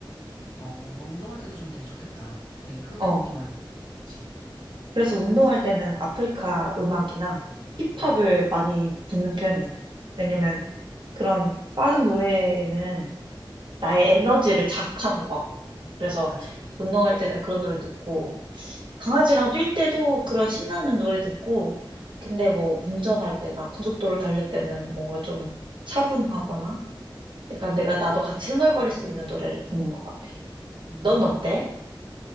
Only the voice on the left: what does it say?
어, 운동할 때 들으면 되게 좋겠다. 되게 흥이
나고, 그치?
음,
음,
그치, 그치.
음,